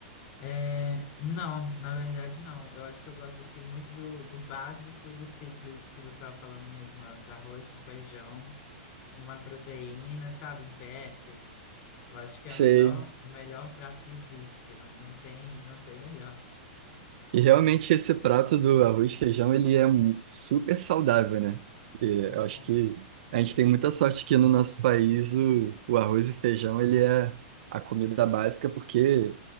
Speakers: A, on the left; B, on the right.
A: é, não, na verdade não. Eu acho que eu gosto assim muito do, do básico e do simples que você estava falando mesmo antes. Arroz com feijão, uma proteína, sabe? Um PF. Eu acho que
B: Sei.
A: é o melhor, o melhor prato que existe. Não, não tem, não tem melhor.
B: E realmente esse prato do arroz e feijão ele é mu- super saudável, né? E
A: Então,
B: eu acho que a gente tem muita sorte que no nosso país o, o arroz e o feijão ele é a comida básica porque